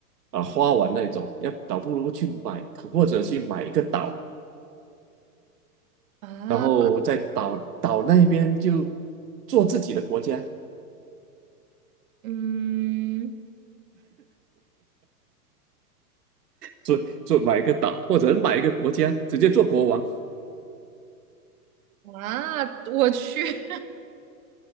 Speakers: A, on the right (about 75°); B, on the right (about 60°).
A: 啊、花完那种，要倒不如去买，或者去买一个岛，
B: 啊，
A: 然后在岛岛那边就做自己的国家，
B: 嗯，
A: 做做买一个岛，或者买一个国家，直接做国王。
B: 啊，我去，<laughs> 真